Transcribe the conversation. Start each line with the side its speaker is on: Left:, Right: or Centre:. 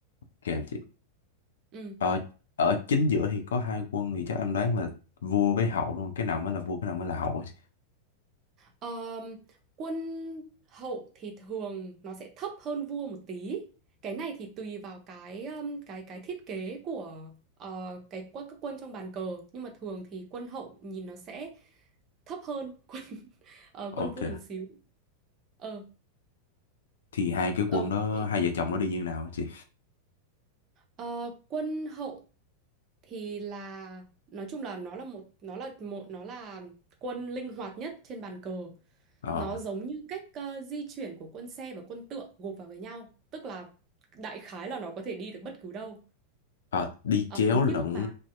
Left: kìa chị
Right: ừ
Left: ờ, ở chính giữa thì có hai quân thì chắc em đoán là vua với hậu luôn cái nào mới là vua cái nào mới là hậu chị.
Right: Ờm, quân hậu thì thường nó sẽ thấp hơn vua một tí. Cái này thì tùy vào cái ừm, cái cái thiết kế của ờ, cái quân các quân trong bàn cờ, nhưng mà thường thì quân hậu nhìn nó sẽ thấp hơn <laughs> quân ờ,
Left: ok
Right: quân vua một xíu. Ờ
Left: thì hai cái quân
Right: ờ
Left: đó
Right: thì
Left: hai vợ chồng nó đi như nào hả chị
Right: ờ, quân hậu thì là nói chung là nó là một nó là một nó là quân linh hoạt nhất trên bàn cờ
Left: ờ
Right: nó giống như cách ờ, di chuyển của quân xe và quân tượng gộp vào với nhau tức là đại khái là nó có thể đi được bất cứ đâu
Left: ờ, đi
Right: Ờ,
Left: chéo
Right: nhưng
Left: lẫn
Right: mà